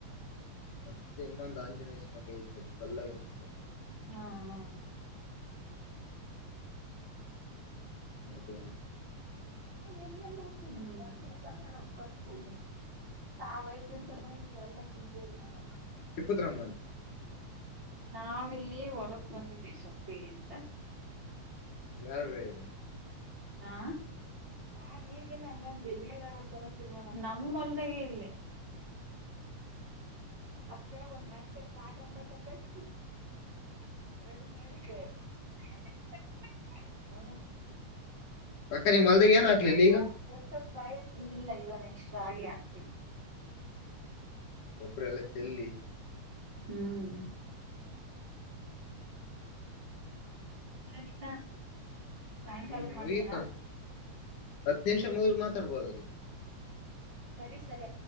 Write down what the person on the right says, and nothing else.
ಹಾ ಹಾ
ಎಲ್ಲೆಲ್ಲ <unintelligible> ಆ ವಯದ ಎಂತ ಬಂದಿ ಎಲ್ಲ ತಿರುಗಾಡಿದವಿ
ನಾವಿಲ್ಲಿಯ ಹೊಲಕ್ ಬಂದಿದ್ವಿ ಸೊಪ್ಪಿಗೆ ಎಂತ
ಹಾ ನಾನ ಈಗ ನಂಗದೆ ನೀರ ನಮ್ಮ ಹೋಲ್ದಾಗ ಇಲ್ಲಿ ಅದ ಒಂದ್ ಬಟ್ಟೆ ಕಾರ್ಟ್ ನ್ ಬಟ್ಟೆ ಕಟ್ಟಿ ರೆಡಿ ಮಾಡಿದ್ದ್ರೆ <unintelligible> ಹ್ಮ
<unintelligible>
ಇಲ್ಲ ನೆಕ್ಸ್ಟ್ ರಾಗಿ ಹಾಕ್ತಿವಿ
ಹ್ಮ್ ಸರಿತಾ ಸಾಯಂಕಾಲಕ್
ಮಾಡ್ತೀನಾ
ಸರಿ ಸರಿ